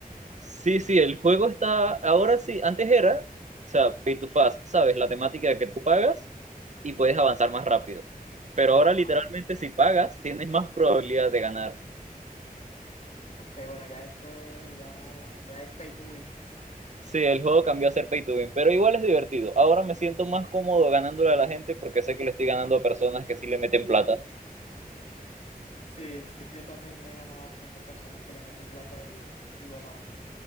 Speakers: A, on the right; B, on the left.
A: Sí, sí, el juego está, ahora sí, antes era, o sea, pay to fast, ¿sabes? La temática que tú pagas y puedes avanzar más rápido. Pero ahora
B: Ajá.
A: literalmente si pagas, tienes más probabilidad de ganar.
B: Ok, bueno, ya esto es, ya, ya es pay to win.
A: Sí, el juego cambió a ser pay to win, pero igual es divertido. Ahora me siento más cómodo ganándole a la gente porque sé que le estoy ganando a personas que sí le meten plata.
B: Sí, sí, yo también le he ganado a bastantes personas que le meten plata y, y bueno.